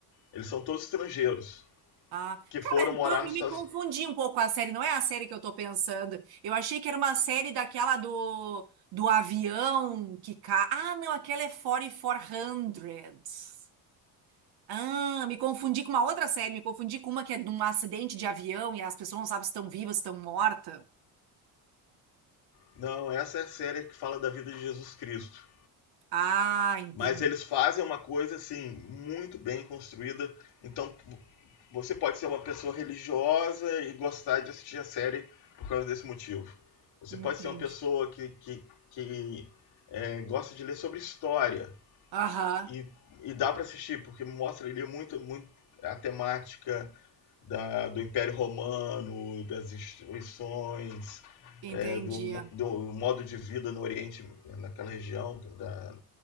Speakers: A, on the left; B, on the right.
A: Eles são todos estrangeiros
B: Ah,
A: que
B: cara,
A: foram
B: então
A: morar nos
B: eu me
A: Estados
B: confundi
A: Unidos.
B: um pouco com a série. Não é a série que eu tô pensando. Eu achei que era uma série daquela do, do avião que cai. Ah, não, aquela é 4400. Ah, me confundi com uma outra série. Me confundi com uma que é de um acidente de avião e as pessoas não sabem se estão vivas, se estão mortas.
A: Não, essa é a série que fala da vida de Jesus Cristo.
B: Ah, entendi.
A: Mas eles fazem uma coisa assim muito bem construída. Então você pode ser uma pessoa religiosa e gostar de assistir a série por causa desse motivo. Você
B: Entendi.
A: pode ser uma pessoa que, que, que é, gosta de ler sobre história
B: Aham,
A: e, e dá para assistir porque mostra ali muito, muito a temática da, do Império Romano, das instituições,
B: entendi.
A: é, do, do, modo de vida no Oriente, naquela região da,